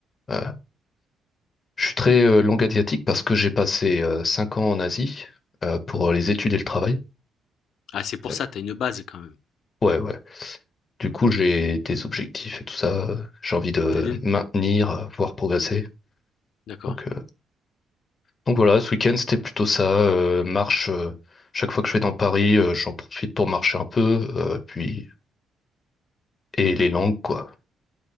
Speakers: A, on the left (about 40°); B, on the left (about 70°).
A: Euh, je suis très euh, langue asiatique parce que j'ai passé euh, cinq ans en Asie euh, pour euh, les études et le travail.
B: Ah, c'est pour
A: Euh,
B: ça, t'as une base quand même.
A: ouais, ouais. Du coup, j'ai des objectifs et tout ça. euh, J'ai envie de
B: T'as des
A: maintenir, euh, voire progresser.
B: d'accord.
A: Donc, euh, donc voilà, ce week-end, c'était plutôt ça. euh, marche, euh, chaque fois que je vais dans Paris, euh, j'en profite pour marcher un peu. euh, puis, et les langues, quoi.